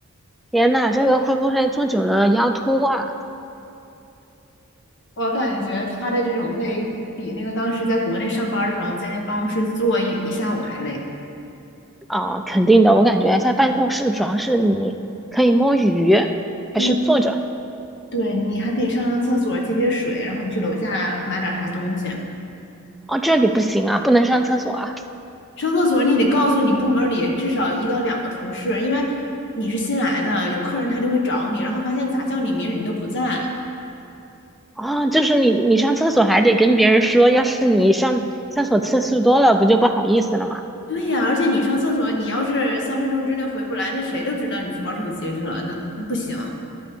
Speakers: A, in the centre; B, on the left (about 55°).
A: 天呐，这个会不会坐久了腰突啊？
B: 我感觉他的这种累，比那个当时在国内上班的时候，在那个办公室坐一一下午还累。
A: 啊，肯定的，我感觉在办公室主要是你可以摸鱼，还是坐着
B: 对，对你还可以上上厕所、接接水，然后你去楼下买点啥东西。
A: 哦，这里不行啊，不能上厕所啊。
B: 上厕所你得告诉你部门里至少一到两个同事，因为你是新来的，有客人他就会找你，然后发现咋叫你名你都不在。
A: 啊，就是你你上厕所还得跟别人说，要是你上厕所次数多了，不就不好意思了吗？
B: 对呀，而且你上厕所，你要是三分钟之内回不来，那谁都知道你去玩手机去了，那不行。